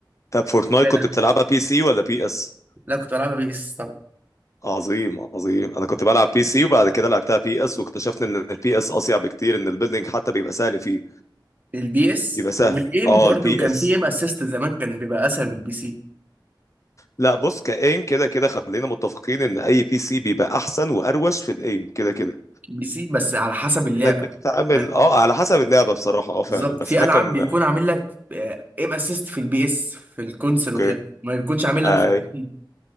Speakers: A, on the left (about 40°); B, on the right (about 20°).
A: طب فورتنايت
B: فعلا
A: كنت بتلعبها بي سي ولا بي اس
B: لا كنت بلعبها بي اس طبعا
A: عظيم عظيم انا كنت بلعب بي سي وبعد كده لعبتها بي اس واكتشفت ان البي اس اصيع بكتير ان البيلدينج حتى بيبقى سهل فيه
B: البي اس
A: بيبقى سهل
B: والايم
A: اه
B: برضو
A: البي
B: كان
A: اس
B: في ايم اسيست زمان كان بيبقى اسهل من البي سي
A: لا بص كايم كده كده خلينا متفقين ان اي بي سي بيبقى احسن واروش في الايم كده كده
B: بي سي بس على حسب اللعبه
A: انك بتتعامل
B: لا،
A: اه على حسب اللعبه بصراحه اه فعلا
B: بالظبط
A: بس
B: في
A: انا
B: العاب
A: كان
B: بيكون عامل لك آه، ايم اسيست في البي اس في الكونسل
A: اوكي
B: وكده ما بيكونش عامل لك
A: آه،
B: في البي سي